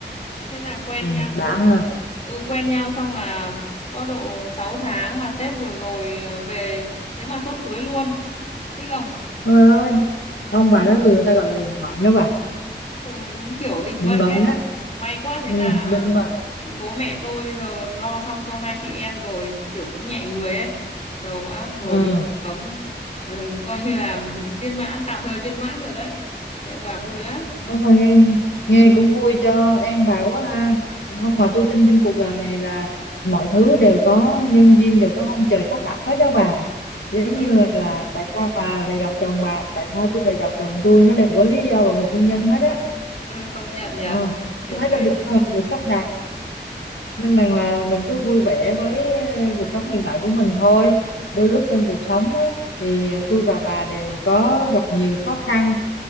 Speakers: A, on the left; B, on the left.
A: thế là quen
B: ừ,
A: nhau
B: đã
A: xong
B: ha
A: ừ quen nhau xong là có độ sáu tháng mà Tết vừa rồi ờ, về thế mà chốt cưới luôn thích không
B: Ôi ơi ông bà
A: <laughs>
B: đó người ta gọi là định mệnh đó bà
A: ừ đúng kiểu định
B: định
A: mệnh
B: mệnh á
A: May quá thế
B: ừ,
A: là
B: định mệnh
A: bố mẹ tôi giờ lo xong cho hai chị em rồi kiểu cũng nhẹ người ấy. Đầu óc rồi
B: ừ.
A: sống ừ, coi như là <laughs> viên mãn tạm thời viên mãn rồi đấy. Thế ông bà vui lắm.
B: không mà nghe nghe cũng vui cho em bà quá ha không mà tôi tin trên cuộc đời này là mọi thứ đều có nhân duyên đều có ông trời sắp đặt hết đó bà giống
A: <laughs>
B: như là tại sao bà lại gặp chồng bà tại sao tôi lại gặp chồng tôi nó đều có lý do và nguyên nhân hết á
A: Công nhận nhờ.
B: ờ,
A: Nhiều
B: tôi thấy
A: cái
B: là được ờ, được sắp đặt nên rằng là mình cứ vui vẻ với ờ, cuộc sống hiện tại của mình thôi đôi lúc trong cuộc sống á, thì ờ, tôi và bà đều có gặp nhiều khó khăn